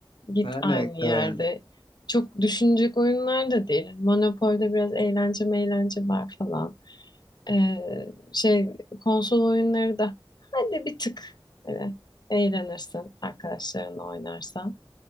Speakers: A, on the left (about 50°); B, on the left (about 80°).
A: Git
B: Ne alaka
A: aynı yerde.
B: yani.
A: Çok düşünecek oyunlar da değil. Monopol'de biraz eğlence meğlence var falan. E, şey konsol oyunları da hadi bir tık e, eğlenirsin arkadaşlarınla oynarsan.